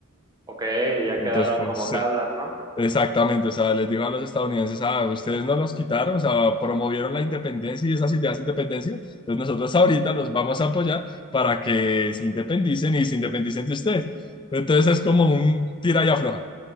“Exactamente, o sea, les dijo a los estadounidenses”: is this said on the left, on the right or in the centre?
Left